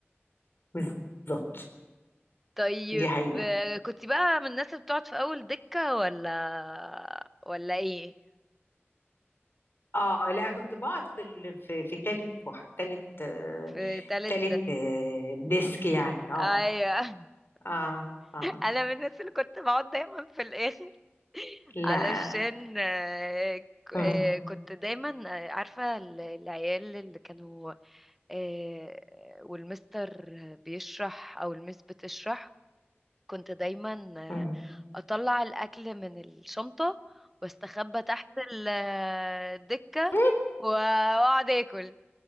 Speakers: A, on the left; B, in the centre.
A: بالظبط
B: طيب
A: دي حقيقة
B: آه، كنت بقى من الناس اللي بتقعد في اول دكة ولا ولا ايه
A: اه لا كنت بقعد في ال... في في تالت وح... تالت آه،
B: في تالت
A: تالت آه، ديسك يعني اه
B: ايوه <laughs>
A: اه اه
B: انا من الناس اللي كنت بقعد دايما في الاخر <laughs>
A: لا
B: علشان آه، ك-
A: مم.
B: آه، كنت دايما آه، عارفة ال- العيال اللي كانوا آه، والمستر بيشرح او المس بتشرح كنت دايما آه،
A: مم.
B: اطلع الاكل من الشنطة واستخبى تحت ال- آه، الدكة
A: <laughs>
B: و- واقعد اكل